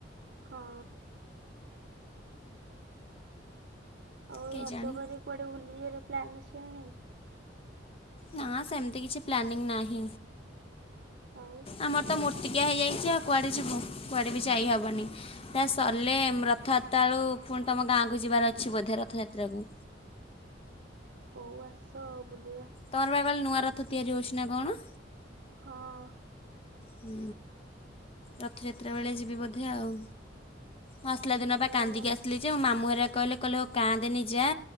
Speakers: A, on the right (about 55°); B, on the left (about 30°).
A: ହଁ। ଆଉ
B: କେଜାଣି
A: ରଜ ପରେ କୁଆଡେ ବୁଲିଯିବାର ପ୍ଲାନ୍ ଅଛି ନା ନାଇଁ?
B: ନା ସେମିତି କିଛି ପ୍ଲାନିଂ ନାହିଁ
A: ଆଉ
B: ଆମର ତ ମୋ ତିକିଆ ହେଇଯାଇଛି ଆଉ କୁଆଡ଼େ ଯିବୁ? କୁଆଡ଼େ ବି ଯାଇହବନି। ଦେଖା ସରିଲେ ରଥଯାତ୍ରା ବେଳକୁ ପୁଣି ତମ ଗାଁକୁ ଯିବାର ଅଛି ବୋଧେ ରଥଯାତ୍ରା କୁ।
A: ହଉ ଆସ ଆଉ ବୁଲିବା।
B: ତମର ପା କାଲି ନୂଆ ରଥ ତିଆରି ହେଉଛି ନା କଣ?
A: ହଁ।
B: ହଁ ରଥଯାତ୍ରା ବେଳେ ଯିବି ବୋଧେ ଆଉ। ମୁଁ ଆସିଲା ଦିନପା
A: ନୂଆ
B: କାନ୍ଦିକି
A: ମନ
B: ଆସିଥିଲି ଯେ ମାମୁଁ ହେରିକା କହିଲେ କହିଲେ ହଉ କାନ୍ଦେନି ଯା